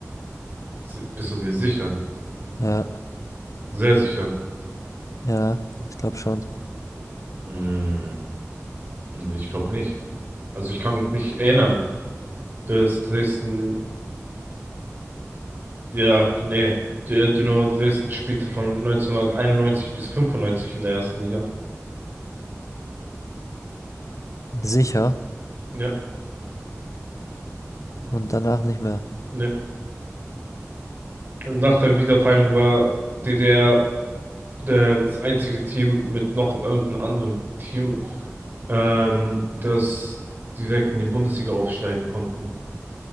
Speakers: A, on the right (about 40°); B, on the left (about 80°).
A: Z- Bist du dir sicher?
B: Ja,
A: Sehr sicher.
B: ja, ich glaube schon.
A: Hm, ich glaube nicht. Also ich kann mich nicht erinnern, dass Dresden, ja, nee, der Dynamo Dresden spielte von 1991 bis 95 in der ersten Liga.
B: Sicher
A: Ja,
B: und danach nicht mehr.
A: ne. Nach der Wiedervereinigung war DDR Ähm, das einzige Team mit noch irgendeinem anderen Team, ähm, das direkt in die Bundesliga aufsteigen konnten.